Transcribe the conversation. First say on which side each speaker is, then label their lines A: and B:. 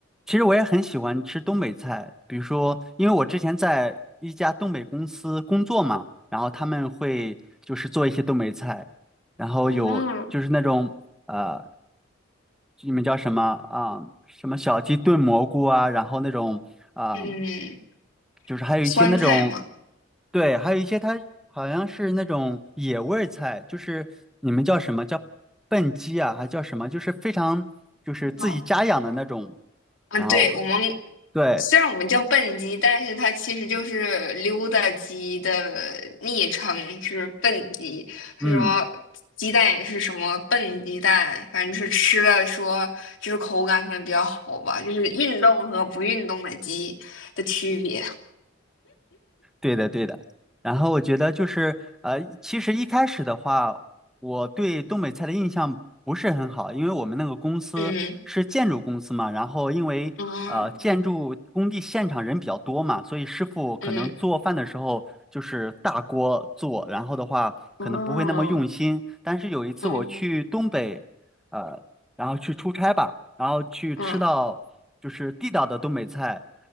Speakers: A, in the centre; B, on the left.
A: 其实我也很喜欢吃东北菜，比如说，因为我之前在一家东北公司工作嘛，然后他们会就是做一些东北菜，然后有就是那种呃，
B: 嗯，
A: 你们叫什么啊、什么小鸡炖蘑菇啊，然后那种啊、
B: 嗯，
A: 就是还有一些那种，
B: 酸菜嘛，
A: 对，还有一些它好像是那种野味儿菜，就是你们叫什么叫笨鸡啊，还叫什么？就是非常就是自己家养的那种，
B: 哦啊，
A: 然后
B: 对，我们
A: 对，
B: 虽然我们叫笨鸡，但是它其实就是溜达鸡的昵称，是笨鸡。他说鸡蛋也是什么笨鸡蛋，
A: 嗯。
B: 反正是吃了说就是口感可能比较好吧，就是运动和不运动的鸡的区别。
A: 对的，对的。然后我觉得就是，呃，其实一开始的话，我对东北菜的印象不是很好，因为我们那个公司是建筑公司嘛，
B: 嗯
A: 然后因为呃建筑工地现场人比较多嘛，
B: 啊
A: 所以师傅可能做饭的时候就是大锅做，
B: 嗯
A: 然后的话可能不会那么用心。
B: 啊
A: 但是有一次我去东北，
B: 嗯
A: 呃，然后去出差吧，然后去吃到就是地道的东北菜。
B: 嗯